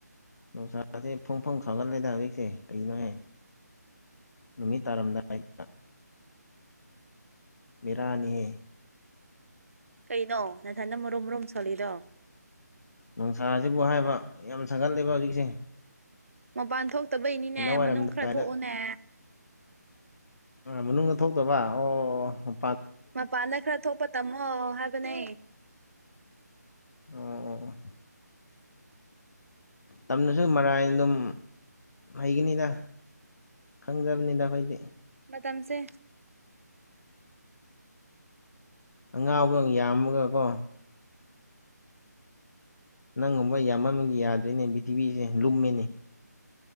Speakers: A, on the left (about 65°); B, on the right (about 50°).
A: ꯅꯨꯡꯁꯥꯥꯁꯦ ꯐꯣꯡ ꯐꯣꯡ ꯁꯥꯎꯒꯠꯂꯦꯗ ꯍꯧꯖꯤꯛꯁꯦ ꯀꯩꯅꯣꯍꯦ ꯅꯨꯃꯤꯠ ꯇꯥꯔꯝꯗꯥꯏꯗ ꯕꯦꯔꯥꯅꯤꯍꯦ
B: ꯀꯩꯅꯣ ꯅꯊꯟꯗ ꯃꯨꯔꯨꯝ ꯃꯨꯔꯨꯝ ꯁꯣꯜꯂꯤꯗꯣ
A: ꯅꯨꯡꯁꯥꯁꯤꯕꯨ ꯍꯥꯏꯕ ꯌꯥꯝ ꯁꯥꯒꯠꯂꯦꯕ ꯍꯨꯖꯤꯛꯁꯦ
B: ꯃꯄꯥꯟ ꯊꯣꯛꯇꯕꯩꯅꯤꯅꯦ
A: ꯋꯥꯏꯔꯝꯗꯥꯏꯗ
B: ꯃꯅꯨꯡ ꯈꯔ ꯊꯣꯛꯎꯅꯦ
A: ꯃꯅꯨꯡꯗ ꯊꯣꯛꯇꯣꯕ ꯑꯣ ꯑꯣ
B: ꯃꯄꯥꯟꯗ ꯈꯔ ꯊꯣꯛꯄ ꯇꯝꯃꯣ ꯍꯥꯏꯕꯅꯦ
A: ꯑꯣ ꯑꯣ ꯑꯣ
B: <inaudible>
A: ꯇꯝꯅꯁꯨꯝ ꯃꯔꯥꯏꯅ ꯑꯗꯨꯝ ꯍꯩꯒꯅꯤꯗ ꯁꯪꯗꯝꯅꯤꯗ ꯈꯣꯏꯗꯤ
B: ꯇꯝꯁꯦ
A: ꯑꯉꯥꯎꯕ ꯌꯥꯝꯃꯒ ꯀꯣ ꯅꯪꯒꯨꯝꯕ ꯌꯥꯝꯃꯟꯕꯒꯤ ꯌꯥꯗ꯭ꯔꯤꯅꯦ ꯄꯤꯊꯤꯕꯤꯁꯦ ꯂꯨꯝꯃꯦꯅꯤ